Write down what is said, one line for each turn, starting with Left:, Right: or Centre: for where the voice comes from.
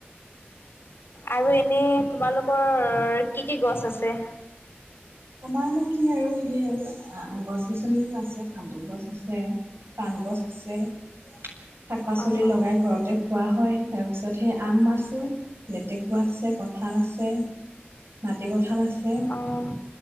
Left: আৰু এনেই তোমালোকৰ কি কি গছ আছে?
Right: আমাৰ নো কি আৰু সেই আৰু গছ- গছনিবোৰ আছে, তামোল গছ আছে, পান গছ আছে, শাক-পাচলি
Left: অ',
Right: লগাই ঘৰতে খোৱা হয় তাৰপিছত সেই আম আছে, লেতেকু আছে, কঠান আছে, মাটি কঁঠাল আছে
Left: অ',